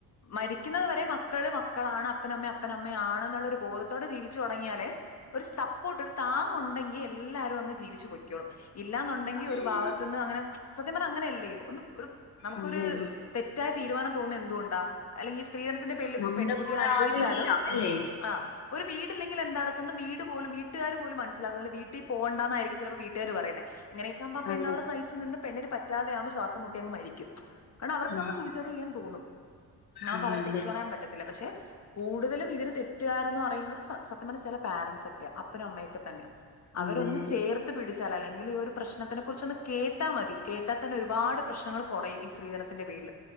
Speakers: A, on the left; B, on the left.
A: മരിക്കുന്നത് വരെ മക്കള് മക്കളാണ് അപ്പനമ്മ അപ്പനമ്മ ആണ് എന്നുള്ളൊരു ബോധത്തോടെ ജീവിച്ചു തുടങ്ങിയാലേ ഒരു സപ്പോർട്ട് ഒരു താങ്ങ് ഉണ്ടെങ്കി എല്ലാരും അങ്ങ് ജീവിച്ചു പൊയ്ക്കോളും ഇല്ലാന്നുണ്ടെങ്കിൽ
B: അതെ
A: ഒരു ഭാഗത്തു നിന്ന് അങ്ങനെ സത്യം പറഞ്ഞ അങ്ങനെയല്ലേ ഒന്ന് ഒരു നമുക്കൊരു
B: അതെ അതെ
A: തെറ്റായ തീരുമാനം തോന്നുന്ന എന്തുകൊണ്ടാ അല്ലെങ്കിൽ സ്ത്രീധനത്തിന്റെ പേരിൽ
B: നമ്മുടെ
A: പെൺകുട്ടികൾ
B: കൂടെ
A: അനുഭവിച്ചാലും
B: ആരും ഇല്ല അല്ലേ
A: ആ ഒരു വീട് ഇല്ലെങ്കിൽ എന്താണ് സ്വന്തം വീട് പോലും വീട്ടുകാര് പോലും മനസ്സിലാക്കുന്നില്ല വീട്ടിൽ പോണ്ടാന്നായിരിക്കും ചിലപ്പോ വീട്ടുകാര് പറയുന്നത് ഇങ്ങനെയൊക്കെയാമ്പം ആ പെണ്ണവിടെ
B: അതെ
A: സഹിച്ച് നിന്ന് പെണ്ണിന് പറ്റാതെ ആവുമ്പം ശ്വാസം മുട്ടിയങ്ങ് മരിക്കും കാരണംഅവർക്കങ്
B: ഉം
A: സൂയിസൈഡ് ചെയാൻ തോന്നും നമുക്ക്
B: അതെ
A: അവരെ തെറ്റു
B: അതെ
A: പറയാൻ പറ്റത്തില്ല പക്ഷെ കൂടുതലും ഇതിന് തെറ്റുകാരന്ന് പറയുന്ന സത്യം പറഞ്ഞ ചെല പാരൻസ അപ്പനും അമ്മയൊക്കെ തന്നെ അവരൊന്ന്
B: അതെ അതെ
A: ചേർത്ത് പിടി അല്ലെങ്കിൽ ഒരു പ്രശ്നത്തെ കുറിച്ചൊന്ന് കേട്ടാ മതി കേട്ടാൽ തന്നെ ഒരുപാട് പ്രശ്നങ്ങൾ കൊറയും ഈ സ്ത്രീധനത്തിന്റെ പേരില്